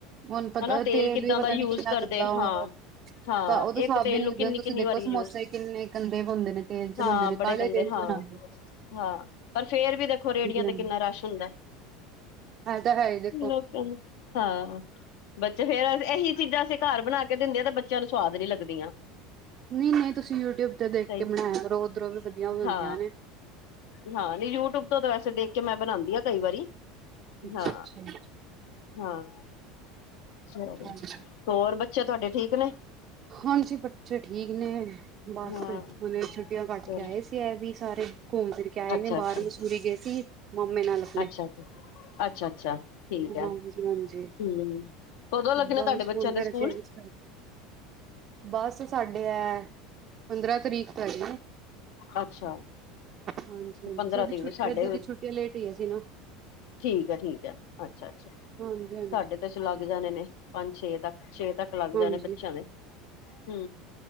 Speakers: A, on the right; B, on the left.
A: ਹੁਣ ਪਤਾ
B: ਹਨਾ
A: ਤੇਲ
B: ਕਿੱਦਾਂ
A: ਵੀ ਪਤਾ
B: ਦਾ ਯੂਜ
A: ਨੀ ਕਿੰਨਾ
B: ਕਰਦੇ
A: ਗੰਦਾ ਹੋਗਾ
B: ਹਾਂ ਹਾਂ
A: ਤਾਂ ਉਹਦੇ ਹਿਸਾਬ
B: ਇੱਕ ਤੇਲ
A: ਵੀ
B: ਨੂੰ ਕਿੰਨੀ
A: ਨ ਤੁਸੀਂ
B: ਕਿੰਨੀ
A: ਦੇਖੋ
B: ਵਾਰੀ
A: ਸਮੋਸੇ
B: ਯੂਜ
A: ਕਿੰਨੇ ਗੰਦੇੇ ਬੁਨਦੇ ਨੇ ਤੇਲ ਚ
B: ਹਾਂ
A: ਬਣਦੇ ਨੇ
B: ਬੜੇ
A: ਕਾਲੇ
B: ਗੰਦੇ
A: ਤੇਲ ਚ
B: ਹਾਂ
A: ਬਣਾ
B: ਹਾਂ, ਪਰ ਫੇਰ ਵੀ ਦੇਖੋ ਰੇਹੜੀਆਂ ਤੇ
A: ਹਾਂਜੀ
B: ਕਿੰਨਾ ਰਸ਼ ਹੁੰਦਾ ਹੈ।
A: ਇਹ ਤਾਂ ਹੈ ਹੀ ਦੇਖੋ
B: ਲੋਕਾਂ ਨੂੰ ਹਾਂ। ਬੱਚੇ ਫੇਰ ਇਹੀ ਚੀਜ਼ਾਂ ਅਸੀਂ ਘਰ ਬਣਾ ਕੇ ਦਿੰਦੇ ਆ ਤੇ ਬੱਚਿਆਂ ਨੂੰ ਸਵਾਦ ਨੀ ਲੱਗਦੀਆਂ।
A: ਨਹੀਂ ਨਹੀਂ, ਤੁਸੀਂ ਯੂਟਿਊਬ ਤੇ ਦੇਖ
B: ਸਹੀ
A: ਕੇ ਬਣਾਇਆ ਕਰੋ ਉਧਰੋ ਵੀ ਵਧੀਆ ਬਣਦੀਆਂ
B: ਹਾਂ
A: ਨੇ।
B: ਹਾਂ, ਨਹੀਂ ਯੂਟਿਊਬ ਤੋਂ ਤਾਂ ਵੈਸੇ ਦੇਖ ਕੇ ਮੈਂ ਬਣਾਉਂਦੀ ਹਾਂ ਕਈ ਵਾਰੀ
A: ਅੱਛਾ
B: ਹਾਂ।
A: ਅੱਛਾ
B: ਹਾਂ, ਚਲੋ
A: ਹਾਂਜੀ
B: ਹੋਰ ਬੱਚੇ ਤੁਹਾਡੇ ਠੀਕ ਨੇ?
A: ਹਾਂਜੀ ਬੱਚੇ ਠੀਕ ਨੇ, ਬਸ
B: ਹਾਂ
A: ਉਹਨੇ ਛੁੱਟੀਆਂ ਕੱਟ
B: ਚਲੋ
A: ਕੇ ਆਏ ਸੀ। ਵੀ ਸਾਰੇ ਘੁੰਮ ਫਿਰ ਕੇ ਆਏ
B: ਅੱਛਾ
A: ਨੇ
B: ਅੱਛਾ ਅੱਛਾ
A: ਬਾਹਰ ਮਸੂਰੀ ਗਏ ਸੀ, ਮਾਮੇ ਨਾਲ ਆਪਣੇ।
B: ਅੱਛਾ ਅੱਛਾ ਅੱਛਾ ਠੀਕ ਹੈ
A: ਹਾਂਜੀ -ਹਾਂਜੀ।
B: ਹਮ ਕਦੋਂ ਲੱਗਣੇ
A: ਬਸ
B: ਤੁਹਾਡੇ ਬੱਚਿਆਂ
A: ਹੁਣ ਫੇਰ
B: ਦੇ ਸਕੂਲ
A: ਕੇ ਆਏ ਅਸੀਂ। ਹਾਂ। ਬਸ ਸਾਡੇ ਹੈ, ਪੰਦਰਾਂ ਤਰੀਕ ਤੋਂ ਹੈ ਹੈ।
B: ਅੱਛਾ।
A: ਹਾਂਜੀ-ਹਾਂਜੀ।
B: ਪੰਦਰਾਂ
A: ਸਾਡੀ
B: ਤਰੀਕ
A: ਛੁ
B: ਤੋਂ ਸਾਡੇ
A: ਏਦਾਂ ਦੀ ਛੁੱਟੀਆਂ ਲੇਟ ਹੋਈਆਂ ਸੀ ਨਾ।
B: ਠੀਕ ਹੈ, ਠੀਕ ਹੈ। ਅੱਛਾ- ਅੱਛਾ।
A: ਹਾਂਜੀ -ਹਾਂਜੀ।
B: ਸਾਡੇ ਤੇ ਚਲੱਗ ਜਾਣੇਂ ਨੇ, ਪੰਜ- ਛੇ ਤੱਕ ਛੇ ਤੱਕ ਲੱਗ
A: ਹਾਂਜੀ
B: ਜਾਣੇ ਬੱਚਿਆਂ ਦੇ। ਹੂ